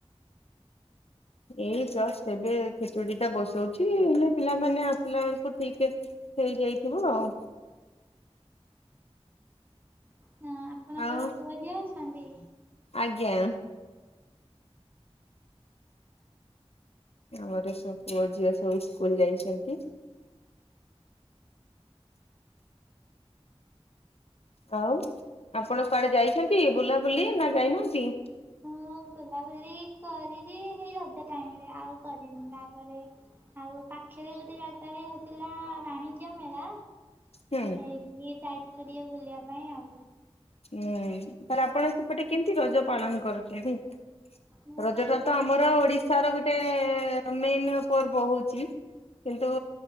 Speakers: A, on the left; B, on the right.
A: ଏଇ ଜଷ୍ଟ ଏବେ ଖେଚୁଡି ଟା ବସଉଛି ହେଲେ ପିଲାମାନେ ଆସିଲା ବେଳକୁ ଠିକ୍ ହେଇ ଯାଇଥିବ ଆଉ।
B: ହଁ ଆପଣଙ୍କର
A: ଆଉ
B: ପୁଅ ଝିଅ ଅଛନ୍ତି?
A: ଆଜ୍ଞା। ଆମର ସବୁ ପୁଅ ଝିଅ ସବୁ ସ୍କୁଲ ଯାଇଛନ୍ତି। ଆଉ ଆପଣ କୁଆଡ଼େ ଯାଇଛନ୍ତି ବୁଲାବୁଲି ନା ଯାଇ ନାହାନ୍ତି?
B: ମୁଁ ବୁଲାବୁଲି କରିଲି ସେଇ ରଜ ଟାଇମରେ ଆଉ କରିନି ତାପରେ। ଆଉ ପାଖରେ ଗୋଟେ ଜାଗାରେ ହଉଥିଲା ବାଣିଜ୍ୟ ମେଳା
A: ହୁଁ।
B: ସେଇଠିକି ଯାଇଥିଲୁ ଟିକେ ବୁଲିବା ପାଇଁ ଆଉ।
A: ହୁଁ, ତାହେଲେ ଆପଣ ସେପଟେ କେମତି ରଜ ପାଳନ କରୁଛନ୍ତି?
B: ମୁଁ
A: ରଜଟା
B: ଗାଁ
A: ତ ଆମର ଓଡିଶ ର ଗୋଟେ ମେନ୍ ପର୍ବ ହଉଛି। କିନ୍ତୁ